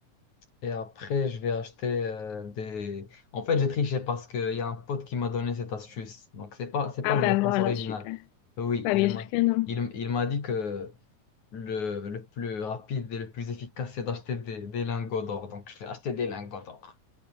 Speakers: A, on the left; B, on the left.
A: et après, je vais acheter euh, des... En fait, j'ai triché parce qu'il y a un pote qui m'a donné cette astuce. Donc, c'est pas, c'est
B: Ah
A: pas une
B: ben
A: réponse
B: voilà,
A: originale.
B: super.
A: Oui,
B: Bah
A: il
B: bien
A: m'a,
B: sûr que non.
A: il, il m'a dit que le, le plus rapide et le plus efficace, c'est d'acheter des, des lingots d'or. Donc, je vais acheter des lingots d'or.